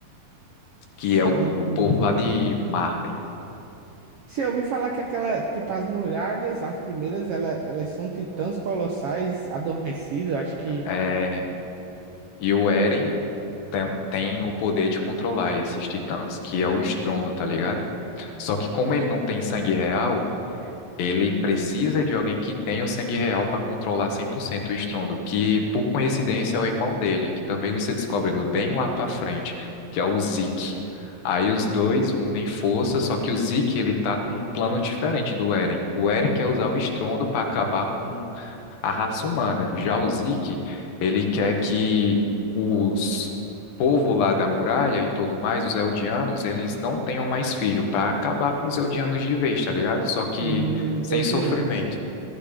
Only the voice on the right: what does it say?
Sim.
Sim, eu ouvi falar que aquela, tipo, as muralhas, as primeiras, ela, elas são titãs colossais adormecidos, acho que.
Hum,
tô entendendo,
assim.